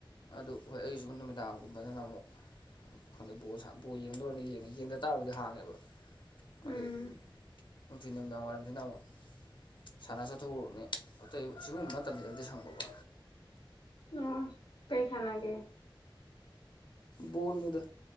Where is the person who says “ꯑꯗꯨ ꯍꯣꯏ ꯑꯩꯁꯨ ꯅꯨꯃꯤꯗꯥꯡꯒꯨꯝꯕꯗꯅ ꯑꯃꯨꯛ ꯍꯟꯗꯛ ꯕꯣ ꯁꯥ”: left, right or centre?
Left